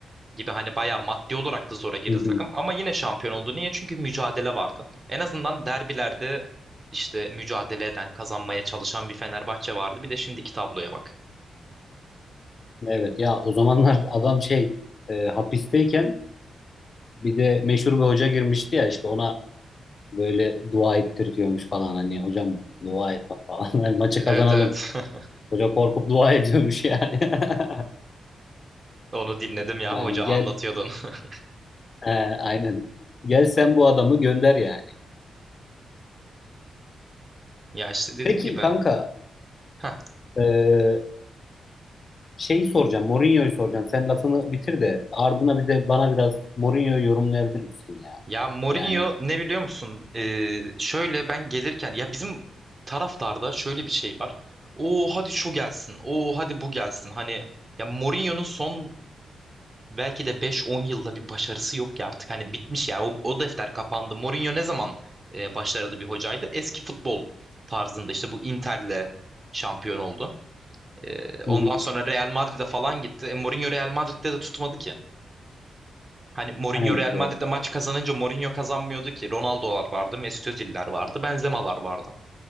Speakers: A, on the right; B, on the left.
A: gibi hani bayağı maddi olarak da zora girdi
B: Hı hı.
A: takım ama yine şampiyon oldu. Niye? Çünkü mücadele vardı. En azından derbilerde işte mücadele eden, kazanmaya çalışan bir Fenerbahçe vardı. Bir de şimdiki tabloya bak.
B: Evet ya o zamanlar <laughs> adam şey e, hapisteyken bir de meşhur bir hoca girmişti ya işte ona böyle dua ettiriyormuş falan hani hocam dua et bak falan <laughs> hani maçı kazanalım.
A: Evet evet. <laughs>
B: Hoca korkup dua ediyormuş yani. <laughs>
A: Onu dinledim ya
B: Yani
A: hoca
B: gel
A: anlatıyordu onu. <laughs>
B: e, aynen gel sen bu adamı gönder yani.
A: Ya işte dediğim
B: Peki
A: gibi
B: kanka
A: heh.
B: Ee, şeyi soracağım. Mourinho'yu soracağım. Sen lafını bitir de ardına bir de bana biraz Mourinho'yu yorumlayabilir misin ya?
A: Ya Mourinho
B: Yani
A: ne biliyor musun? Ee, şöyle ben gelirken ya bizim taraftarda şöyle bir şey var. O hadi şu gelsin. O hadi bu gelsin. Hani ya Mourinho'nun son belki de 5-10 yılda bir başarısı yok ki artık. Hani bitmiş yani o, o defter kapandı. Mourinho ne zaman e, başarılı bir hocaydı? Eski futbol tarzında işte bu Inter'le şampiyon oldu. Ee, ondan
B: hı hı,
A: sonra Real Madrid'e falan gitti. E, Mourinho Real Madrid'de de tutmadı ki. Hani Mourinho
B: aynen
A: Real
B: doğru.
A: Madrid'de maç kazanınca Mourinho kazanmıyordu ki. Ronaldo'lar vardı, Mesut Özil'ler vardı, Benzema'lar vardı.